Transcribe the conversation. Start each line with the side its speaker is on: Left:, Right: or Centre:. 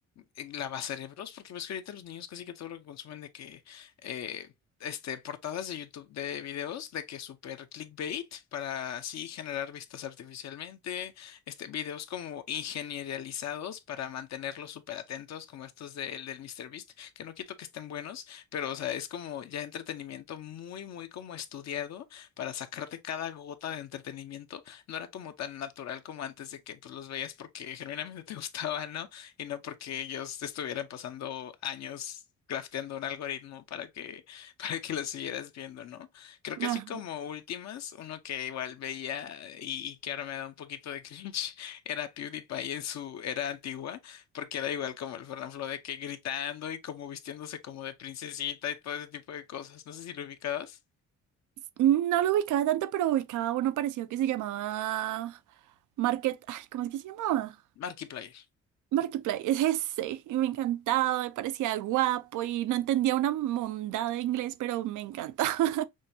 Left: eh, lavacerebros, porque ves que ahorita los niños casi que todo lo que consumen de que, eh, este, portadas de YouTube de videos de que super clickbait para así generar vistas artificialmente este, videos como ingenierializados para mantenerlos súper atentos, como estos del del míster Beast que no quito que estén buenos, pero o sea, es como ya entretenimiento muy, muy como estudiado para sacarte cada gota de entretenimiento. No era como tan natural como antes de que pues los veías porque genuinamente te <laughs> gustaba, ¿no? Y no porque ellos estuvieran pasando años crafteando un algoritmo para que, <laughs> para que lo siguieras viendo, ¿no? Creo
Right: Ajá.
Left: que así como últimas, uno que igual veía y, y que ahora me da un poquito de cringe, <laughs> era PewDiePie en su era antigua, porque era igual como el Fernanfloo de que gritando y como vistiéndose como de princesita y todo ese tipo de cosas. No sé si lo ubicabas.
Right: No lo ubicaba tanto, pero ubicaba uno parecido que se llamaba Market, ay, ¿cómo es que se llamaba?
Left: Markiplier.
Right: Markiplier, es ese, y me encantaba, me parecía guapo y no entendía una mondada de inglés, pero me encanta. <laughs>